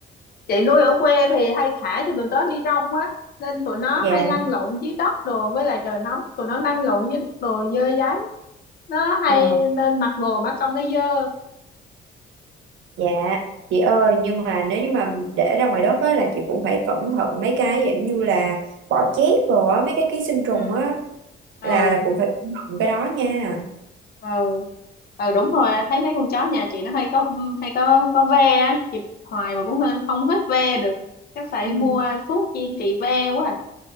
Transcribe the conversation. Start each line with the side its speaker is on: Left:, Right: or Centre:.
Left: chị nuôi ở quê thì hay thả cho tụi nó đi rong á nên tụi nó
Right: dạ
Left: hay lăn lộn dưới đất đồ với lại trời nóng tụi nó lăn lộn dưới đất đồ dơ dáy nó hay
Right: ờ,
Left: nên mặc đồ mà trông nó dơ
Right: dạ chị ơi nhưng mà nếu như mà để ra ngoài đất á là chị cũng phải cẩn
Left: ừ
Right: thận mấy cái dạng như là bọ chét rồi á mấy cái ký sinh trùng
Left: ừ
Right: á
Left: ừ
Right: là là cũng phải cẩn thận cái đó nha
Left: ừ ừ đúng rồi thấy mấy con chó nhà chị nó hay có hay có có ve á. chị bắt hoài mà cũng hơi- không hết ve được chắc phải
Right: dạ
Left: mua thuốc chuyên trị ve quá à.